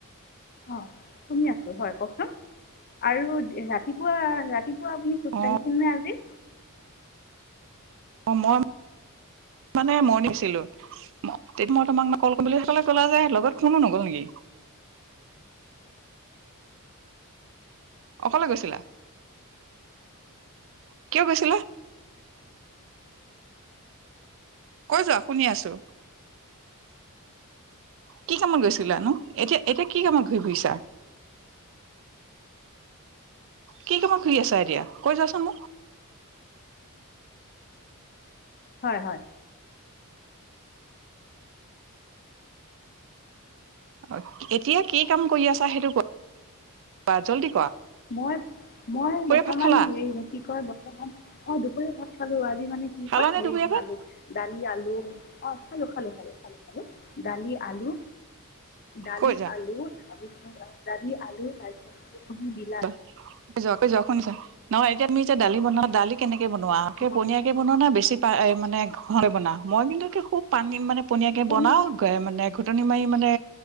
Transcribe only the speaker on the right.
অ
অ মই মানে মইণিক ছিলো তেতিয়া মই তোমাক কল কৰিম বুলি সেইফালে গ'লা যে লগত কোনো নগ'ল নেকি অকলে গৈছিলা কিয় গৈছিলা কৈ যোৱা শুনি আছো কি কামত গৈছিল নো এতিয়া এতিয়া কি কামত ঘূৰি ফুৰিছা কি কামত ঘূৰি আছা এতিয়া কৈ যাচোন মোক
অ এতিয়া কি কাম কৰি আছা সেইটো কোৱা জলদি
ভাত খালা
খালা
নে
দুপৰীয়া
ভাত
কৈ যোৱা
য কৈ যোৱা কৈ যোৱা শুনিছা নহ এতিয়া আমি এতিয়া দালি বনা দালি কেনেকে বনোৱা আকে
পনীয়াকে বনোৱা না বেছি পা মানে ঘে বনাওঁ মই কিন্তু কি খুব পানী মানে পনীয়াকে
বনাও মানে ঘুটনি মাৰি মানে